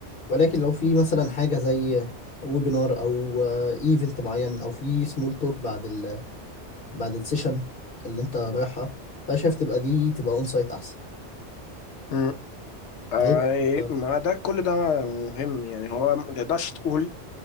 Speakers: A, on the left (about 50°); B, on the left (about 75°).
A: ولكن لو في مثلا حاجة زي ويبينار أو إيفنت معين أو في سمول توك بعد بعد السيشن اللي انت رايحها فانا شايف تبقى دي تبقى اون سايت احسن
B: مم. آه
A: يعني
B: إيه،
A: آه،
B: ما ده كل ده مهم يعني هو ما تقدرش تقول